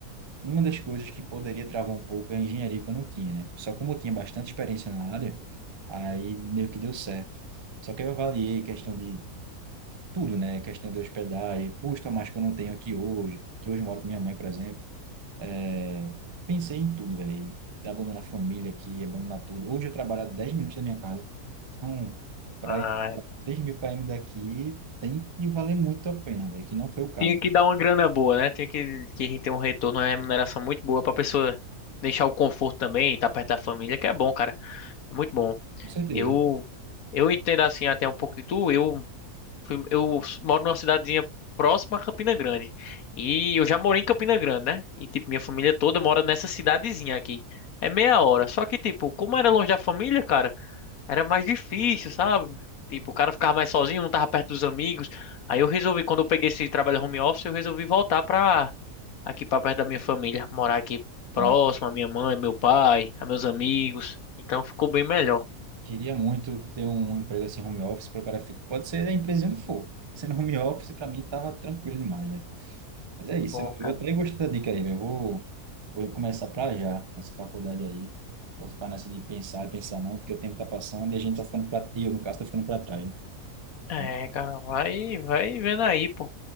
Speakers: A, on the right; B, on the left.
A: uma das coisas que poderia travar um pouco é a engenharia que eu não tinha, né? Só como eu tinha bastante experiência na área, aí meio que deu certo. Só que eu avaliei questão de tudo, né? Questão de hospedagem, custo a mais que eu não tenho aqui hoje, que hoje eu moro com minha mãe, por exemplo. É, pensei em tudo, velho. Abandonar a família aqui, abandonar tudo. Hoje eu trabalho a 10 minutos da minha casa. Então, para
B: Ah,
A: ir pra
B: é.
A: 3 mil km daqui, tem que valer muito a pena, velho. Que não foi o caso.
B: tinha que dar uma grana boa, né? Tinha que, que ter um retorno, uma remuneração muito boa pra pessoa deixar o conforto também, estar perto da família, que é bom, cara. É muito bom.
A: Com certeza.
B: Eu, eu entendo assim até um pouco de tu. Eu, fui- eu moro numa cidadezinha próxima a Campina Grande. E eu já morei em Campina Grande, né? E tipo, minha família toda mora nessa cidadezinha aqui. É meia hora. Só que, tipo, como era longe da família, cara. Era mais difícil, sabe? Tipo, o cara ficava mais sozinho, não tava perto dos amigos. Aí eu resolvi, quando eu peguei esse trabalho home office, eu resolvi voltar pra aqui pra perto da minha família, morar aqui próximo
A: Bom,
B: à minha mãe, meu pai, a meus amigos. Então ficou bem melhor.
A: queria muito ter um emprego assim, home office, para o cara ficar. Pode ser a empresa onde for. Sendo home office, para mim, tava tranquilo demais, velho. Mas é
B: É
A: isso,
B: Bom,
A: eu,
B: cara.
A: eu até gostei da dica aí, velho. Eu Vou, vou começar pra já, nessa faculdade aí. Vou ficar nessa de pensar e pensar não, porque o tempo tá passando e a gente tá ficando pra... E eu, no caso, tá ficando pra trás. né?
B: É,
A: Mas,
B: cara, vai, vai vendo aí, pô.